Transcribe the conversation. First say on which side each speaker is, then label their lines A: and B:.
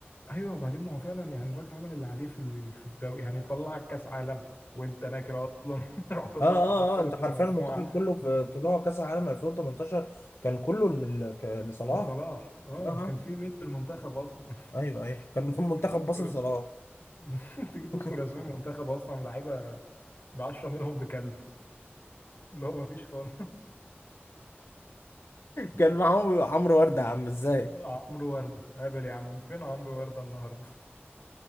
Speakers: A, on the left; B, on the left.
A: ايوه وبعدين ما هو فعلا يعني الراجل عمل اللي عليه في ال- في الدوري يعني طلعك كاس عالم وانت ناكر اصلا <laughs> رحت طلعت
B: اه اه
A: اه حصلت
B: اه انت حرفيا
A: المجموعه
B: المنتخب كله في طلوع كاس العالم 2018 كان كله من ال- ك- لصلاح
A: من صلاح اه
B: اه اه
A: كان في مين في المنتخب اصلا <laughs>
B: ايوه ايوه كان <laughs> كان
A: تيجي
B: منتخب
A: تذكر
B: مصر صلاح
A: <laughs> تيجي تذكر
B: <laughs>
A: اسماء المنتخب اصلا لعيبه العشرة منهم بكلب اللي هو ما فيش خالص <laughs>
B: كان معاهم عمرو ورده يا عم ازاي
A: لا،
B: <laughs>
A: عمرو وردة قابل يا عم فين عمرو وردة النهارده